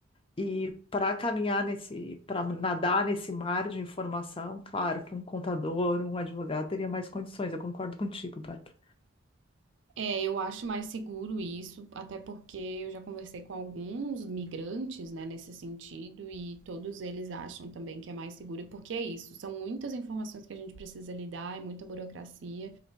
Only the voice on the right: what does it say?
É, eu acho mais seguro isso, até porque eu já conversei com alguns migrantes, né, nesse sentido, e todos eles acham também que é mais seguro, porque é isso, são muitas informações que a gente precisa lidar, é muita burocracia,